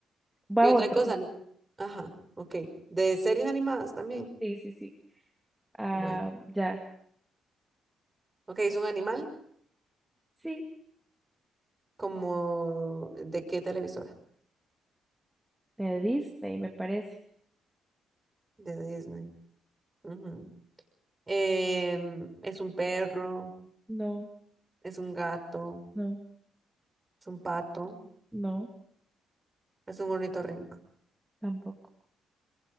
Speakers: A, on the right; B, in the centre.
A: Y
B: Va
A: otra
B: otro.
A: cosa, no- Ajá, ok. De series animadas también.
B: Sí, sí, sí. Ah,
A: Bueno.
B: ya.
A: Ok, es un animal
B: Sí,
A: como ¿de qué televisora?
B: de Disney, me parece.
A: De Disney. Ujú. Em, es un perro,
B: No,
A: es un gato,
B: no,
A: es un pato,
B: no,
A: es un ornitorrinco,
B: tampoco.